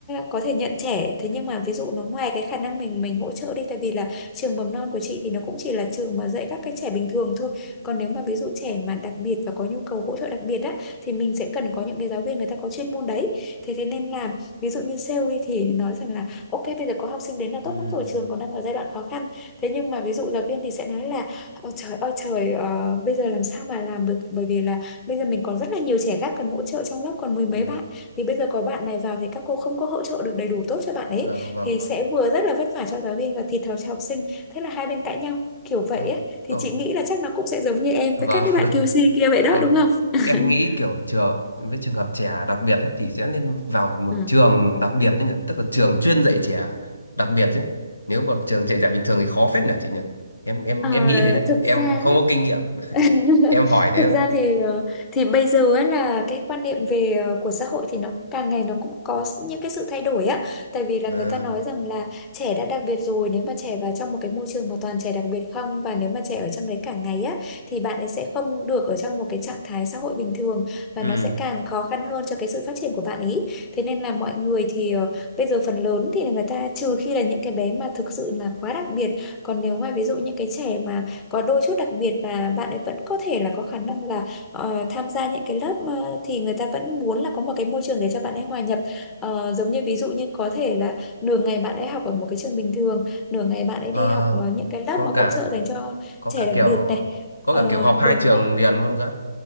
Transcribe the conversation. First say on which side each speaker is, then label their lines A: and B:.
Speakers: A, on the left (about 20°); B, on the left (about 80°).
A: có thể nhận trẻ thế nhưng mà ví dụ nó ngoài cái khả năng mình mình hỗ trợ đi tại vì là trường mầm non của chị thì nó cũng chỉ là trường mà dạy các cái trẻ bình thường thôi còn nếu mà ví dụ trẻ mà đặc biệt và có nhu cầu hỗ trợ đặc biệt á thì mình sẽ cần có những cái giáo viên người ta có chuyên môn đấy thế thế nên là ví dụ như sale đi thì nói rằng là Ok, bây giờ có học sinh đến là
B: ừm,
A: tốt lắm rồi, trường còn đang ở giai đoạn khó khăn. Thế nhưng mà ví dụ giáo viên thì sẽ nói là Ôi trời ơi trời, ờ, bây giờ làm sao mà làm được bởi vì là bây giờ mình còn rất là nhiều trẻ khác cần hỗ trợ trong lớp còn mười mấy
B: ờ,
A: bạn. Thì bây giờ có bạn này vào thì các cô không có hỗ trợ được đầy đủ tốt cho bạn ấy
B: vâng vâng
A: thì
B: vâng
A: sẽ vừa rất là vất vả cho giáo viên và thiệt thòi cho học sinh. Thế là hai bên cãi nhau kiểu vậy
B: vâng
A: ấy. Thì
B: ồ
A: chị nghĩ là chắc nó cũng sẽ giống như em
B: vâng
A: với các cái bạn
B: <laughs>
A: Kiu QC kia vậy đó
B: ồ
A: đúng không?
B: em nghĩ
A: <laughs>
B: kiểu trường với trường hợp trẻ đặc biệt ấy thì sẽ nên vào một
A: Ừ.
B: trường đặc biệt đấy nhỉ tức là trường chuyên dạy trẻ đặc biệt chứ nếu vào trường dạy trẻ bình thường thì khó phết nhỉ chị nhỉ em em
A: Ờ,
B: em nghĩ thế nhé
A: thực
B: em
A: ra á,
B: không có kinh nghiệm
A: <laughs>
B: em hỏi thế
A: thực ra
B: mà.
A: thì ờ, thì bây giờ ấy là cái quan niệm về ờ, của xã hội thì nó càng ngày nó cũng có s- những cái sự thay đổi á tại vì là
B: Ờ,
A: người ta nói rằng là trẻ đã đặc biệt rồi nếu mà trẻ vào trong một cái môi trường mà toàn trẻ đặc biệt không và nếu mà trẻ ở trong đấy cả ngày á thì bạn ấy sẽ không được ở trong một cái trạng thái xã hội bình thường và
B: ừ
A: nó sẽ càng khó khăn hơn cho cái sự phát triển của bạn ấy thế nên là mọi người thì ờ, bây giờ phần lớn thì người ta trừ khi là những cái bé mà thực sự là quá đặc biệt còn nếu mà ví dụ những cái trẻ mà có đôi chút đặc biệt và bạn ấy vẫn có thể là có khả năng là ờ, tham gia những cái lớp ờ, thì người ta vẫn muốn là có một cái môi trường để cho bạn ấy hòa nhập Ờ, giống như ví dụ như có thể là nửa ngày bạn ấy học ở một cái trường bình thường nửa ngày bạn ấy
B: ờ,
A: đi học ờ, những cái lớp
B: có
A: mà hỗ
B: cả
A: trợ dành cho
B: có
A: trẻ
B: cả
A: đặc
B: kiểu
A: biệt này
B: có
A: Ờ,
B: cả kiểu học
A: đúng
B: hai trường
A: rồi
B: liền luôn cơ